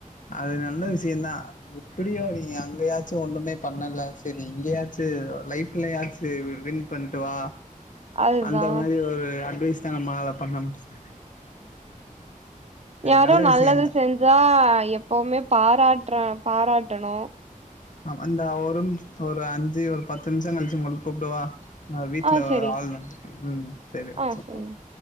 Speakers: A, on the left; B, on the right.
A: அது நல்ல விஷயந்தா எப்புடி அவிங்க அங்கயாச்சு ஒன்னுமே பண்ண பண்ணல செரி இங்கயாச்சி லைஃப்லயாச்சி வின் பண்ணட்டு வா
B: அதுதா
A: அந்த மாரி ஒரு அட்வைஸ் தா நம்மலால பண்ண முடிச்ச
B: யாரோ
A: நல்ல
B: நல்லது
A: விஷயந்தா
B: செஞ்சா எப்பவுமே பாராட்ற பாராட்டணு
A: அந்தா ஒரு நிம் ஒரு அஞ்சு ஒரு பத்து நிமிஷோ கழிச்சி உங்கள் கூப்டவா நா வீட்ல
B: ஆ
A: ஒரு
B: செரி
A: ஆள் வந்து ம் செரி வெச்சி
B: ஆ செரிங்க